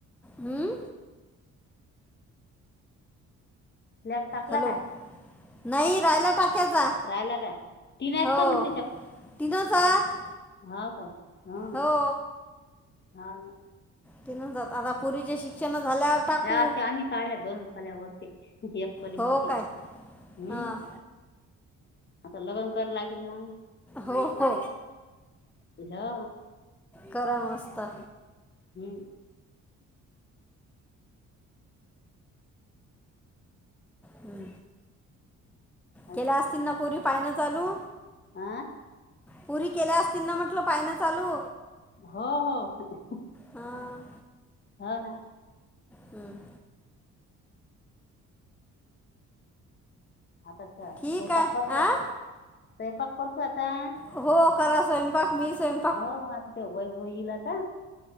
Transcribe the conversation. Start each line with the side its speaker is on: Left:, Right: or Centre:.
Centre: हम्म.
Left: स्लॅप टाकला
Centre: हॅलो.
Left: का
Centre: नाही राहाला टाकायचा.
Left: राहिला का तीन आहेत
Centre: हो.
Left: का मग
Centre: तीनच अहात.
Left: हाव का? ह
Centre: हो.
Left: हा ना
Centre: ति नाही जात आता पोरीची शिक्षण झाल्यावर टाकू
Left: या त्या आम्ही काढल्या दोन खोल्यावरती एख पहीली मोठी
Centre: हो काय
Left: हू
Centre: हां
Left: आता लगन कर लागील ना
Centre: हो हो,
Left: ह्या
Centre: करा मस्त.
Left: हू,
Centre: हुं
Left: अ
Centre: केल आसतीन ना पोरी पाहयन चालू?
Left: आं
Centre: पुरी केल्या आसतीन ना म्हटलं पाहयन चालू?
Left: हो हो,
Centre: हां
Left: हो ना.
Centre: हं.
Left: आता स्वयपाक
Centre: ठीक आहे
Left: करतो आता
Centre: आ
Left: स्वयपाक करतो आता.
Centre: हो करा स्वयंपाक मी स्वयं
Left: हो आता ते व्हय व्हय येईल आता